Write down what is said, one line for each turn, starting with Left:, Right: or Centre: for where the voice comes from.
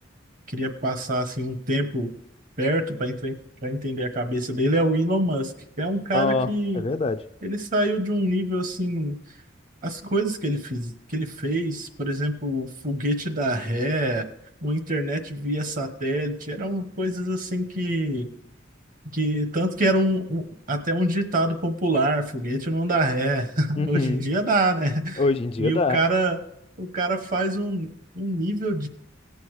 Right: queria passar assim um tempo perto para para entender a cabeça dele é o Elon Musk. É um cara
Left: Ó,
Right: que
Left: é verdade.
Right: ele saiu de um nível assim, as coisas que ele fez, que ele fez, por exemplo, o foguete da ré, o internet via satélite, eram coisas assim que que tanto que era um, um- até um ditado popular, foguete não dá ré. <laughs>
Left: Uhum.
Right: Hoje em dia dá, né?
Left: Hoje em dia
Right: E
Left: dá.
Right: o cara o cara faz um um nível